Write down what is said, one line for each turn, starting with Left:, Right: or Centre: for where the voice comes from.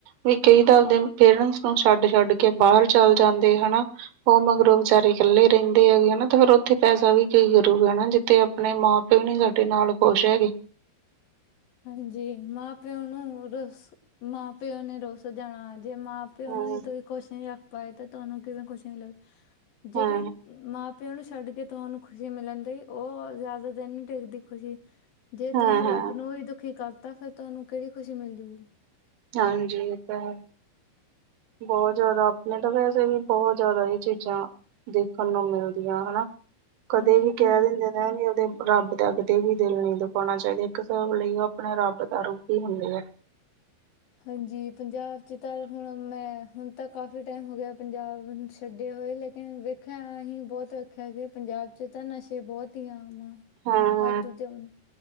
Right: ਵਈ ਕਈ ਤਾਂ ਆਪਦੇ ਪੇਰੈਂਟਸ ਨੂੰ ਛੱਡ-ਛੱਡ ਕੇ ਬਾਰ ਚੱਲ ਜਾਂਦੇ ਹਨਾ। ਓ ਮਗਰੋਂ ਵਿਚਾਰੇ ਕੱਲੇ ਰੇਨ ਰਹਿੰਦੇ ਹੈਗੇ ਹੈ ਨਾ ਤੇ ਫੇਰ ਔਥੇ ਪੈਸਾ ਵੀ ਕੀ ਕਰੂਗਾ ਨਾ ਜਿੱਥੇ ਅਪਣੇ ਮਾਂ-ਪਿਓ ਨੀ ਸਾਡੇ ਨਾਲ ਖੁਸ਼ ਹੈਗੇ।
Left: ਹਾਂਜੀ, ਮਾਂ-ਪਿਓ ਨੂੰ ਰੂਸ ਮਾਂ-ਪਿਓ ਨੇ ਰੂਸ ਜਾਣਾ। ਜੇ ਮਾਂ ਪਿਓ
Right: ਹਾਂ
Left: ਨੂੰ ਹੀ ਤੁਈ ਖੁਸ਼ ਨਹੀਂ ਰੱਖ ਪਾਏ ਤੇ ਤੁਹਾਨੂੰ ਕਿਵੇਂ ਖੁਸ਼ੀ ਮਿਲੇਗੀ? ਜਿਹੜੀ
Right: ਹਾਂ
Left: ਮਾਂ ਪਿਓ ਨੂੰ ਛੱਡ ਕੇ ਤਾਂ ਉਹਨੂੰ ਖੁਸ਼ੀ ਮਿਲਣ ਦਈ, ਉਹ ਜ਼ਿਆਦਾ ਦਿਨ ਨਹੀਂ ਟਿੱਕਦੀ ਖੁਸ਼ੀ। ਜੇ
Right: ਹਾਂ
Left: ਤੁਸੀਂ
Right: ਹਾਂ
Left: ਰਬ ਨੂੰ ਵੀ ਦੁਖੀ ਕਰਤਾ, ਫਿਰ ਤੁਹਾਨੂੰ ਕਿਹੜੀ ਖੁਸ਼ੀ ਮਿਲ ਜੂਗੀ।
Right: ਹਾਂਜੀ, ਏ ਤਾਂ ਹੈ। ਬੋਹਤ ਜਾਦਾ ਆਪਨੇ ਤਾਂ ਵੈਸੇ ਵੀ, ਬੋਹਤ ਜ਼ਿਆਦਾ ਏ ਚੀਜ਼ਾਂ ਦੇਖਣ ਨੂੰ ਮਿਲਦੀਆਂ ਹਨਾ, ਕਦੇ
Left: ਹਾਂਜੀ
Right: ਵੀ
Left: ਪੰ-
Right: ਕਹਿ ਦਿੰਦੇ ਐ ਵੀ ਆਪਦੇ ਰੱਬ ਦਾ ਕਦੇ ਵੀ ਦਿਲ ਨੀ ਦੁਖਾਣਾ ਚਾਹੀਦਾ, ਇੱਕ ਹਿਸਾਬ ਲਈ ਉਹ ਆਪਣੇ ਰੱਬ ਦਾ ਰੂਪ ਹੀ ਹੁੰਦੇ ਐ।
Left: ਹਾਂਜੀ, ਪੰਜਾਬ 'ਚ ਤਾਂ ਹੁਣ ਮੈਂ, ਹੁਣ ਤਾਂ ਕਾਫੀ ਟਾਈਮ ਹੋ ਗਿਆ ਪੰਜਾਬ ਛੱਡੇ ਹੋਏ ਲੇਕ ਨ ਵੇਖਿਆ ਅਸੀਂ, ਬੋਤ ਵੇਖਿਆ ਕਿ ਪੰਜਾਬ 'ਚ ਤਾਂ ਨਸ਼ੇ ਬੋਤ ਹੀ ਆਮ ਆ।
Right: ਹਾਂ।
Left: ਹਰ ਦੂਜੇ ਬੰਦਾ